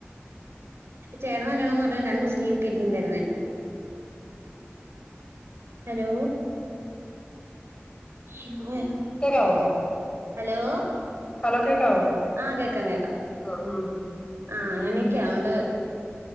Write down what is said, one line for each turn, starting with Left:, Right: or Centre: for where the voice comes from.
Right: ചേട്ടന്റെ കല്യാണം എന്ന് പറഞ്ഞാ രണ്ടും ദിവസം ലീവ് ഒക്കെയായിരിക്കും തരുന്നെ ഹലോ ശെ പോയ
Left: കേക്കാവോ
Right: ഹലോ
Left: ഹലോ കേക്കാവോ
Right: ആഹ് കേക്കാം കേക്കാം
Left: ആഹ് ഉം
Right: ആഹ് അങ്ങനെയൊക്കെ
Left: ഉം
Right: ഓണ്ട്